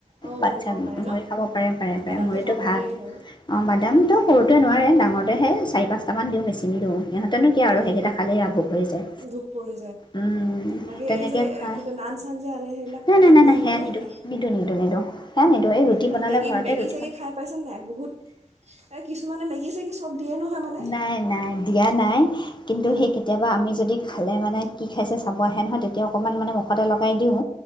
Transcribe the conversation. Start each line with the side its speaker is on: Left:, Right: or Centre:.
Right: অ',
Left: বাচ্ছা
Right: মুড়ি খাব পাৰে
Left: মুৰি
Right: ন?
Left: খাব পাৰে পাৰে পাৰে
Right: বাদামটো
Left: মুৰিটো
Right: খাব
Left: ভাল
Right: পাৰি বাৰু
Left: বাদামটো সৰুটোৱে নোৱাৰে ডাঙৰটোৱেহে চাৰি পাঁচটামান দিওঁ বেছি দিওঁ। তেনে কি আৰু
Right: উম,
Left: সেইকেইটা খালেই আভুক হৈ যায়।
Right: ধূপ পৰি অ
Left: উম,
Right: বাকী
Left: তেনেকৈ
Right: এই যে
Left: খায়
Right: কি কয় নান চান যে আনে সেইবিলাক
Left: নাই নাই নাই
Right: দিয়া
Left: নাই সেয়া
Right: হয় নে
Left: নিদিওঁ
Right: নাই
Left: নিদিওঁ নিদিওঁ নিদিওঁ সেয়া নিদিওঁ এই ৰুটি
Right: অ
Left: বনালে
Right: মেগী
Left: ঘৰতে
Right: মেগী
Left: ৰুটি
Right: চেগী
Left: বন-
Right: খাই পাইছে নাই বহুত, এই কিছুমানে মেগী চেগী চব দিয়ে নহয় মানে
Left: নাই নাই দিয়া নাই কিন্তু
Right: অ',
Left: সেই কেতিয়াবা আমি যদি খালে মানে কি খাইছে চাব আহে নহয়, তেতিয়া অকণমান মানে মুখতে লগাই দিওঁ।